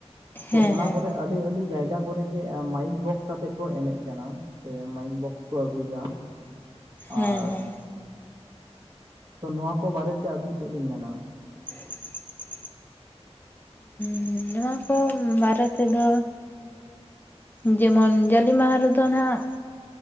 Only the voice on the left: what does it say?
ᱦᱮᱸ
ᱦᱮᱸ
ᱦᱮᱸ
ᱦᱮᱸ
<inaudible> ᱦᱚᱸᱻ ᱱᱚᱣᱟ ᱠᱚ ᱵᱟᱨᱮ ᱛᱮᱫᱚ ᱡᱮᱢᱚᱱ ᱡᱟᱞᱮ ᱢᱟᱦᱟ ᱨᱮᱫᱚ ᱱᱟᱜ